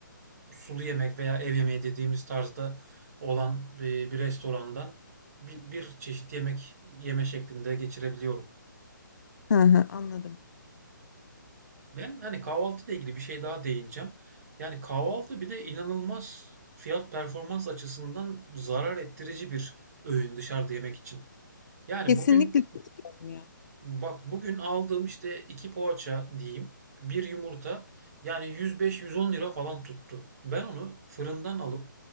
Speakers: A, on the right; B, on the left.
A: sulu yemek veya ev yemeği dediğimiz tarzda olan bir, bir restorandan bir, bir çeşit yemek yeme şeklinde geçirebiliyorum.
B: Hı hı, anladım.
A: Ben hani kahvaltıyla ilgili bir şey daha değineceğim. Yani kahvaltı bir de inanılmaz fiyat performans açısından zarar ettirici bir öğün dışarıda yemek için. Yani
B: Kesinlikle
A: bugün
B: katılıyorum ya.
A: bak bugün aldığım işte iki poğaça diyeyim, bir yumurta yani 105-110 lira falan tuttu. Ben onu fırından alıp